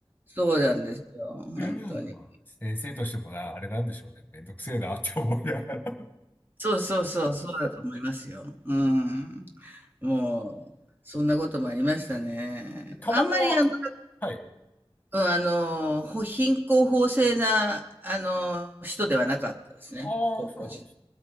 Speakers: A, on the right; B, on the left.
A: そうなんですよ、
B: <laughs>
A: 本当に。
B: まあ、先生としてもな、あれなんでしょうね。めんどくせえなって思いながら。<laughs>
A: そうそうそう、そうだと思いますよ。うん。もう、そんなこともありましたね。
B: タバコは、
A: あんまりあの、
B: はい。
A: うんあの、ほ貧困法制な、あの、人ではなかったですね、
B: ああ、
A: 高校時
B: そうなんです。